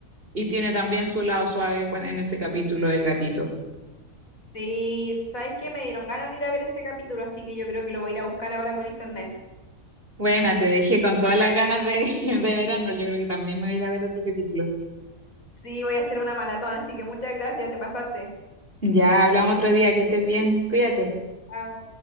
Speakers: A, on the right; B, on the left.
A: y tiene también su lado suave cu- en ese capítulo del gatito?
B: Sí, ¿sabes qué? Me dieron ganas de ir a ver ese capítulo, así que yo creo que lo voy a ir a buscar ahora por internet.
A: Bueno, te dejé con todas las ganas de, <laughs> de verano. Yo creo que también me voy a ir a ver otro capítulo.
B: Sí, voy a hacer una maratón, así que muchas gracias, te pasaste.
A: Ya hablamos otro día, que estés bien, cuídate.
B: Chao.